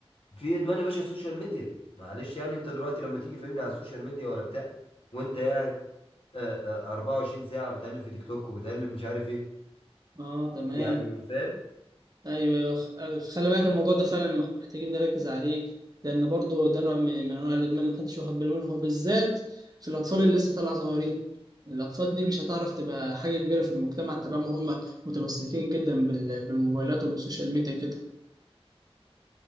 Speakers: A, on the left; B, on the right.
A: في ادمان يا باشا السوشيال ميديا معلش يعني انت دلوقتي لما تيجي فهمني على السوشيال ميديا ولا بتاع وانت قاعد آه، آه، 24 ساعة بتقلب في تيك توك وبتقلب مش عارف ايه
B: اه تمام
A: يعني فاهم
B: ايوه ايوه خ- خلي بالك الموضوع ده فعلا مح- محتاجين نركز عليه لان برضو ده نوع من من انواع الادمان محدش واخد باله منه وبالذات في الاطفال اللي لسه طالعه صغيرين الاطفال دي مش هتعرف تبقى حاجه كبيره في المجتمع طالما هم متمسكين جدا بال- بالموبايلات وبالسوشيال ميديا كده